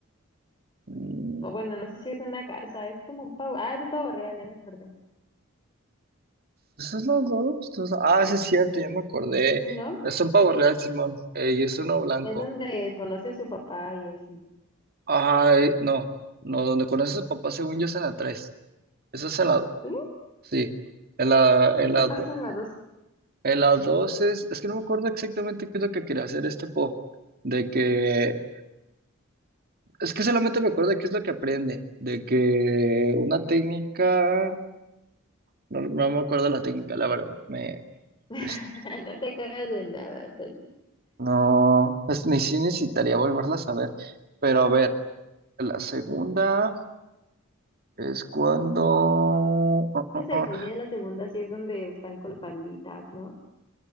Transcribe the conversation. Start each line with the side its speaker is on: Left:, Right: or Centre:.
Right: Mm,
Left: O bueno, no sé si es una garza, es como un pavo. Ah, es un pavo real, ya me acordé.
Right: Entonces los dos, los dos- Ah, sí es cierto, ya me acordé.
Left: Si no,
Right: Son pavo real, Simón, eh, y es uno blanco.
Left: es donde conoce a su papá y así.
Right: Ay, no, no, donde conoces a papá, según yo, es en la tres, Esa es en la,
Left: ¿Sí?
Right: sí, en la,
Left: Entonces,
Right: en la,
Left: ¿qué pasa
Right: do-
Left: en la 2?
Right: en la 2 es, es que no me acuerdo exactamente qué es lo que quería hacer este po, de que, es que solamente me acuerdo de qué es lo que aprende, de que una técnica, no, no me acuerdo la técnica, la verdad, me, es-
Left: <laughs> No te acuerdas de nada, entonces.
Right: no, es- ni si necesitaría volverla a saber, pero a ver. La segunda es cuando... ah, ah,
Left: Que según
Right: ah.
Left: yo, en la segunda sí es donde están con los panditas, ¿no?